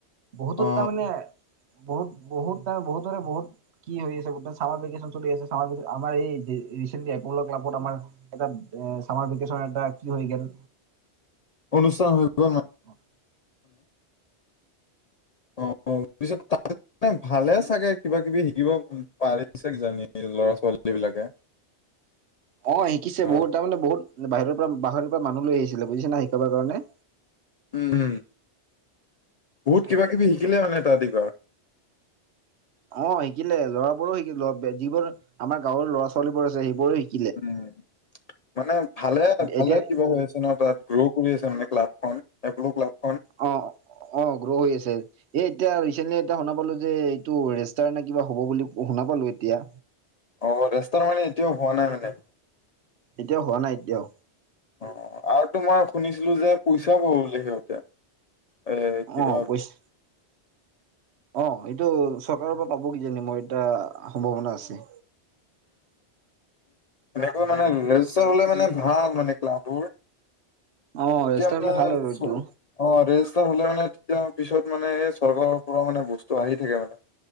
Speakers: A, on the right (about 75°); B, on the left (about 55°).
A: বহুতত
B: অ
A: তাৰমানে বহুত বহুত তাৰ বহুতৰে বহুত, কি হৈ আছে গম পায়, ছামাৰ ভেকেচন চলি আছে ছামাৰ ভেকেচন আমাৰ এই ৰিচেন্টলি এপল ক্লাবত আমাৰ এটা চামাৰ ভেকেচন এটা কি হৈ গ'ল,
B: অনুষ্ঠান হৈ গ'ল মা
A: অ <unintelligible>
B: অ অ পিছত <unintelligible> মানে ভালে চাগে কিবা কিবি শিকিব পাৰিছে কিজানি ল'ৰা ছোৱালী বিলাকে।
A: অ শিকিছে
B: অ
A: বহুত, তাৰ মানে বহুত বাহিৰৰ পৰা বাহিৰৰ পৰা মানুহ লৈ আহিছিলে বুজিছে না শিকাবা কাৰণে।
B: উম উম। বহুত কিবা কিবি শিকিলে মানে তাহাতি বা?
A: অ শিকিলে, ল'ৰা বোৰো শিকিলে, যিবোৰ আমাৰ গাঁৱৰ ল'ৰা ছোৱালী বোৰ আছে সেইবোৰো শিকি
B: উম। মানে ভালে ভালে
A: এতিয়া
B: কিবা হৈ আছে ন তাত? গ্ৰো কৰি আছে মানে ক্লাবখন। এপ্লু ক্লাবখন।
A: অ অ গ্ৰ হৈ আছে। এ এতিয়া ৰিচেণ্টলি এ শুনা পালো যে, এইটো ৰেষ্টাৰ নে কিবা হ'ব বুলি শুনা পালো এতিয়া।
B: অ ৰেষ্টাৰ মানে এতিয়াও হোৱা নাই মানে?
A: এতিয়াও হোৱা নাই এতিয়াও।
B: অ। আৰু তোমাৰ শুনিছিলো যে পইচা পাব বোলে সিহঁতে। এ কিবা
A: অ পইচা অ এইটো চৰকাৰৰ পৰা পাব কিজানি মই এটা সম্ভাৱনা আছে।
B: এনেকা মানে ৰেজিষ্টাৰ হলে মানে ভাল মানে ক্লাববোৰ।
A: অ
B: তেতিয়া
A: ৰেষ্টাৰ
B: মানে
A: হলে ভাল আৰু
B: চৰি
A: এইটো
B: অ ৰেজিষ্টাৰ হলে মানে তেতিয়া পিছত মানে এই চৰকাৰৰ পৰা মানে বস্তু আহি থাকে মানে।